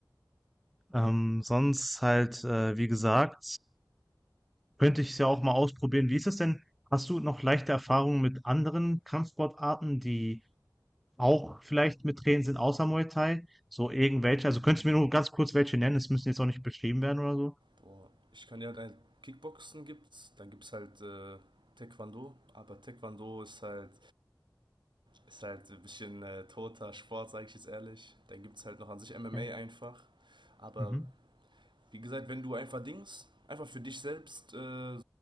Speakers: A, in the centre; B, on the right.
A: ähm, sonst halt, äh, wie gesagt, Könnte ich es ja auch mal ausprobieren. Wie ist es denn? Hast du noch leichte Erfahrungen mit anderen Kampfsportarten, die auch vielleicht mit Training sind, außer Muay Thai? So irgendwelche? Also
B: Hm.
A: könntest du mir nur ganz kurz welche nennen? Es müssen jetzt auch nicht beschrieben werden oder so.
B: Boah. Ich kann ja halt Kickboxen gibt's, dann gibt's halt äh, Taekwondo, aber Taekwondo ist halt, ist halt ein bisschen äh, toter Sport, sage ich jetzt ehrlich. Dann gibt's halt noch an sich MMA
A: Okay.
B: einfach. Aber
A: Mhm.
B: Wie gesagt, wenn du einfach Dings, einfach für dich selbst, äh,